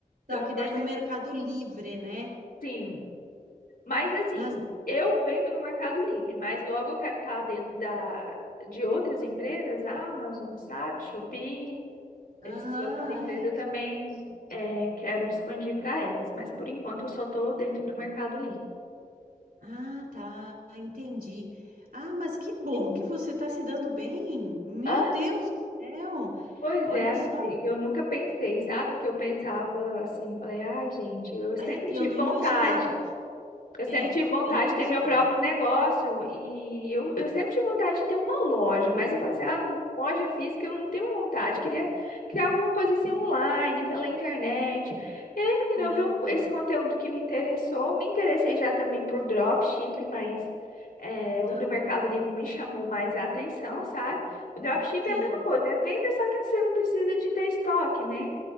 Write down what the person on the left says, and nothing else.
Tem
uma
porcentagem,
sim. Mas assim,
eu vendo no Mercado Livre, mas logo eu quero estar dentro da, de outras empresas, Amazon, sabe, Shopee,
essas outras empresas eu
também eh, quero expandir para elas. Mas por enquanto eu só estou dentro do Mercado Livre.
Sim.
Ah,
pois
é, amiga.
E eu nunca pensei, sabe? Que eu pensava assim, falei, ai, gente, eu sempre
tive
vontade.
Eu sempre
tive vontade
de ter meu próprio negócio e eu, eu sempre tive vontade de ter uma loja, mas eu falei assim, ah, loja física eu não tenho vontade, queria criar alguma coisa assim online, pela internet. E aí, menina,
eu vi um- esse conteúdo que me interessou, me interessei já também por dropship, mas é,
o do Mercado Livre me chamou mais a atenção, sabe? O dropship
é a mesma coisa, é venda, só que você não precisa de ter estoque, né?